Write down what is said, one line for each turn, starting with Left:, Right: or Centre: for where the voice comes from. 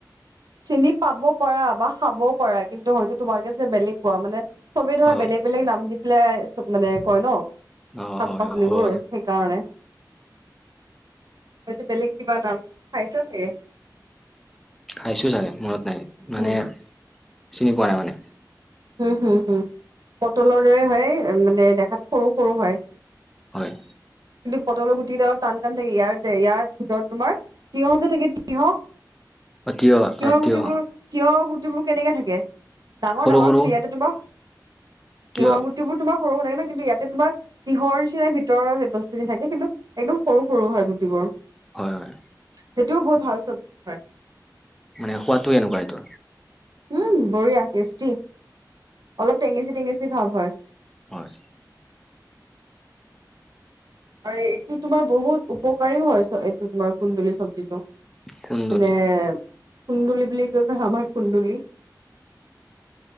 Right: চিনি পাব পাৰা বা খাবওঁ পাৰা কিন্তু হয়তো তোমালোকে যে বেলেগ কোৱা মানে। চবেই ধৰা
Centre: অ
Right: বেলেগ বেলেগ নাম দি পেলাই মানে কয় ন।
Centre: অ
Right: শাক
Centre: হয়
Right: পাচলিবোৰ
Centre: অ হ'ব পাৰে
Right: সেইকাৰণে। হয়টো বেলেগ কিবা নাম খাইছা চাগে।
Centre: খাইছোঁ চাগে মনত নাই মানে
Right: উম
Centre: চিনি পোৱা নাই মানে।
Right: হুম হুম পটলৰ দৰে হয় মানে দেখাত সৰু সৰু হয়।
Centre: হয়।
Right: পটল গুটি অলপ টান টান থাকে ইয়াৰ যে ইয়াৰ ভিতৰত তোমাৰ তিয়ঁহ যে থাকে তিয়ঁহ।
Centre: অ তিয়হ
Right: তিয়ঁহ
Centre: অ
Right: গুটিবোৰ
Centre: তিয়হ
Right: তিয়ঁহ গুটি। তিয়ঁহৰ গুটিবোৰ কেনেকে থাকে ডাঙৰ
Centre: সৰু
Right: ডাঙৰ
Centre: সৰু
Right: কিন্তু ইয়াতে তোমাৰ তিয়ঁহ
Centre: তিয়হ
Right: গুটিবোৰ তোমাৰ। সৰু থাকে ন কিন্তু ইয়াতে তোমাৰ তিয়ঁহ নিচিনা ভিতৰ বস্তুখিনি থাকে। কিন্তু একদম সৰু সৰু হয় গুটিবোৰ।
Centre: হয় হয়।
Right: সেইটোও বহুত ভাল চব্জি হয়।
Centre: মানে খোৱাতটো এনেকুৱাত।
Right: উম বঢ়িয়া টেষ্টি অলপ টেঙেচি টেঙেচি ভাৱ হয়।
Centre: হয়।
Right: <inaudible> আৰু এইটো তোমাৰ বহুত উপকাৰীও হয় এইটো তোমাৰ কুন্দুলি চব্জিটো।
Centre: কুন্দুলি
Right: মানে। কুন্দুলি বুলি কৈ আমাৰ কুন্দুলি।